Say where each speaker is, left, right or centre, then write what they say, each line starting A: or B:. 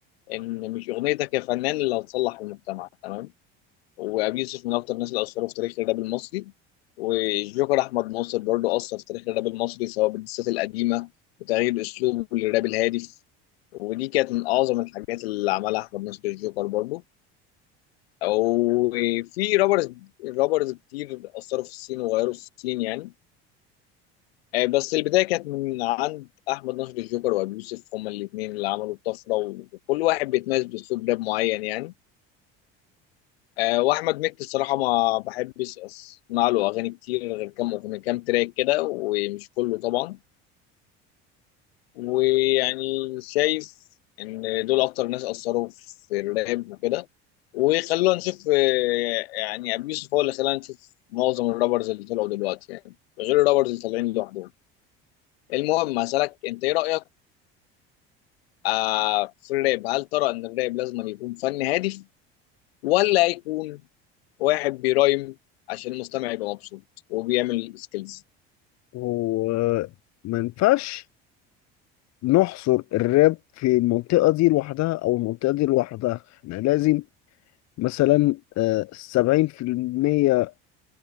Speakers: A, on the left; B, on the left.
A: ان مش اغنيتك يا فنان اللي هتصلح المجتمع تمام وابي يوسف من اكتر الناس اللي اثروا في تاريخ الراب المصري والجوكر احمد ناصر برضو اثر في تاريخ الراب المصري سواء بالدسات القديمه وتغيير اسلوبه للراب الهادف ودي كانت من اعظم الحاجات اللي عملها احمد ناصر الجوكر برضو وفي رابرز رابرز كتير اثروا في السين وغيروا السين يعني آه، بس البدايه كانت من عند احمد نصر الجوكر وابي يوسف هما الاثنين اللي عملوا الطفره وكل واحد بيتميز باسلوب راب معين يعني آه، واحمد مكي الصراحه ما بحبش اسمع له اغاني كتير غير كام اغنيه كام تراك كده ومش كله طبعا ويعني شايف ان دول اكتر ناس اثروا في الراب وكده وخلونا نشوف آه، يعني ابي يوسف هو اللي خلانا نشوف معظم الرابرز اللي طلعوا دلوقتي يعني غير الرابرز اللي طالعين لوحدهم المهم هسألك انت ايه رأيك آه في الراب هل ترى ان الراب لازم يكون فن هادف ولا يكون واحد بيرايم عشان المستمع يبقى مبسوط وبيعمل سكيلز
B: هو ما ينفعش نحصر الراب في المنطقة دي لوحدها أو المنطقة دي لوحدها إحنا لازم مثلا آه، سبعين في المية